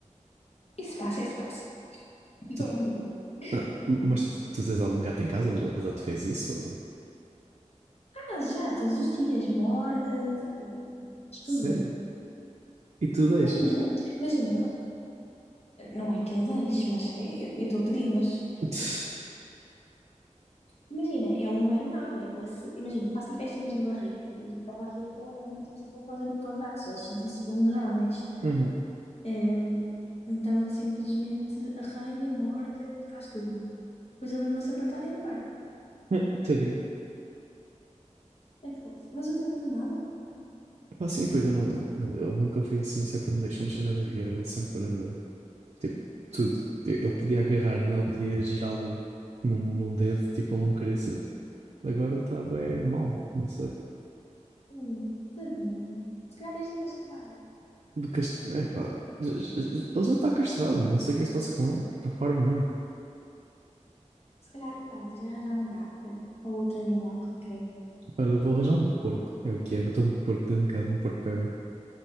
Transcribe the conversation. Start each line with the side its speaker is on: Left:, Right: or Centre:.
Left: Isso passa, isso passa. <laughs>
Right: Tu- não, mas tu, tu tens algum gato em casa? Ele ele já te fez isso? ou-
Left: Ah, já, todos os dias. Morde, eh, estudo.
Right: Sério? E tu deixas?
Left: Uhum. Imagina, não é que eu deixe, mas é- eu eu estou a pedi-las.
Right: <laughs>
Left: Imagina, ele não é do nada. Ele é, se- imagina, faço-lhe festinhas na barriga. E a barriga é uma das coisas que eles fazem para os gatos. Eles sentem-se vulneráveis.
Right: Uhum.
Left: Ehm, Então ele simplesmente arranha, morde, faz tudo. Depois eu dou-lhe uma sapatada e ele para.
Right: <laughs> Tadinho.
Left: É fofo. Mas o teu foi do nada?
Right: Pá, Assim foi do nada. Ele, ele nunca foi assim, sempre me deixou mexer na barriga. Ele sempre, eh, tipo, tudo. Eu, eu podia agarrar nele, podia girá-lo num, num dedo, tipo, ele não queria saber. Agora ele está bué mau, não sei.
Left: Hum, tadinho. Se calhar tens de castrar.
Right: De cast... é, pá, j- j- j- ele já está castrado, não sei o que é que se passa com ele. Está parvo mesmo.
Left: Se calhar, olha, tens de arranjar uma gata. Ou outro animal qualquer.
Right: Olha, eu vou arranjar um porco. É o que é, vou ter um porco dentro de casa, um porco bebê.